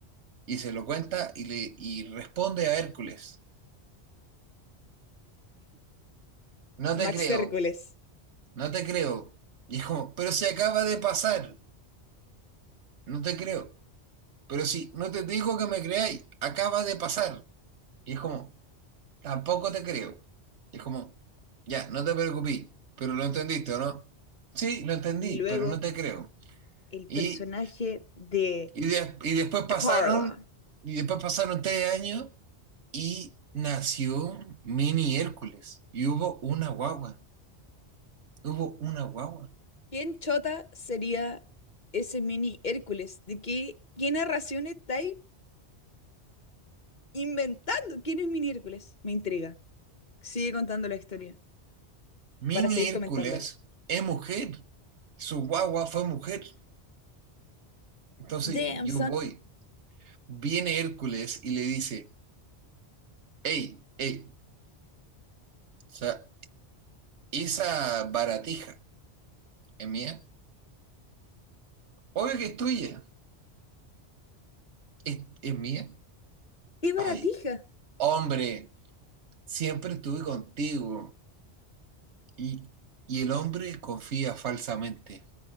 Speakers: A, on the right (about 80°); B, on the left (about 45°).
A: Y se lo cuenta y, le, y responde a Hércules. No
B: Max
A: te creo,
B: Hércules.
A: No te creo. Y es como, pero si acaba de pasar, no te creo. Pero si no te digo que me creáis, acaba de pasar. Y es como, tampoco te creo. Y es como, ya, no te preocupes, pero lo entendiste, ¿o no? Sí, lo entendí,
B: Y luego
A: pero no te creo.
B: el
A: Y,
B: personaje de
A: y, de- y después pasaron,
B: Carla.
A: y después pasaron tres años y nació Mini Hércules. Y hubo una guagua. Hubo una guagua.
B: ¿Quién chota sería ese mini Hércules? ¿De qué, qué narración estáis inventando? ¿Quién es mini Hércules? Me intriga. Sigue contando la historia
A: Mini
B: para seguir
A: Hércules
B: comentando.
A: es mujer. Su guagua fue mujer. Entonces
B: Damn,
A: yo
B: son.
A: voy. Viene Hércules y le dice, hey, hey, o sea, esa baratija es mía. Obvio que es tuya. ¿Es, es mía?
B: ¡Qué baratija!
A: Ay, hombre, siempre estuve contigo. Y, y el hombre confía falsamente.